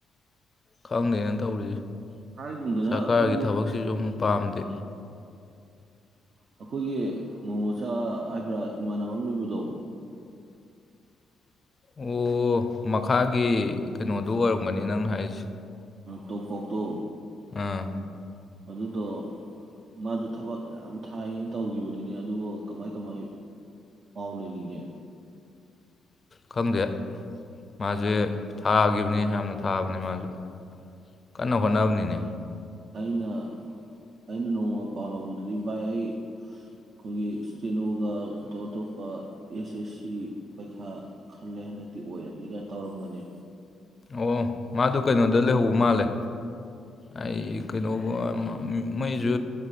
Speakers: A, on the left; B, on the right.
A: ꯈꯪꯗꯦꯅ ꯇꯧꯔꯤꯁꯦ
B: ꯍꯥꯏꯒꯨꯝꯗꯅ
A: ꯁꯔꯀꯥꯔꯒꯤ
B: ꯑꯈꯣꯢꯒꯤ
A: ꯊꯕꯛꯁꯤꯁꯨ ꯑꯃꯨꯛ ꯄꯥꯝꯗꯦ
B: ꯑꯩꯈꯣꯏꯒꯤ ꯉꯣꯉꯣꯆꯥ ꯍꯥꯏꯕ꯭ꯔꯥ ꯏꯃꯥꯟꯅꯕ ꯑꯃ ꯂꯩꯕꯗꯣ
A: ꯑꯣ ꯃꯈꯥꯒꯤ ꯀꯩꯅꯣꯗꯨ ꯑꯣꯏꯔꯝꯒꯅꯤ ꯅꯪꯅ ꯍꯥꯏꯁꯦ
B: ꯇꯣꯝꯄꯣꯛꯇꯣ
A: ꯑꯥ
B: ꯑꯗꯨꯗꯣ ꯃꯥꯁꯨ ꯊꯕꯛ ꯃꯌꯥꯝ ꯊꯥꯏꯌꯦꯅ ꯇꯧꯈꯤꯕꯗꯨꯅꯦ ꯑꯗꯨꯕꯨ ꯀꯃꯥꯏ ꯀꯃꯥꯏ ꯄꯥꯎ ꯂꯩꯈꯤꯒꯦ
A: ꯈꯪꯗꯦ ꯃꯥꯁꯦ ꯊꯥꯒꯤꯕꯅꯤ ꯌꯥꯝꯅ ꯊꯥꯕꯅꯦ ꯃꯥꯁꯨ ꯀꯟꯅ
B: ꯎꯝ
A: ꯍꯣꯠꯅꯕꯅꯤꯅꯦ
B: ꯑꯩꯅ ꯑꯩꯅ ꯅꯣꯡꯃ ꯄꯥꯎ ꯂꯧꯕꯗꯗꯤ ꯚꯥꯏ ꯑꯩ ꯑꯩꯈꯣꯏꯒꯤ ꯏꯁꯇꯦꯂꯣꯒ ꯑꯇꯣꯞ ꯑꯇꯣꯞꯄ ꯑꯦꯁ ꯑꯦꯁ ꯁꯤ ꯄꯩꯈꯥ ꯈꯜꯂꯦ ꯍꯟꯗꯛꯇꯤ ꯑꯣꯏꯔꯅꯤꯒ ꯇꯧꯔꯝꯕꯅꯤ
A: ꯑꯣ ꯃꯥꯗꯣ ꯀꯩꯅꯣꯗ ꯂꯩꯍꯧ ꯃꯥꯜꯂꯦ ꯑꯩ ꯀꯩꯅꯣꯒ ꯃꯩꯁꯨ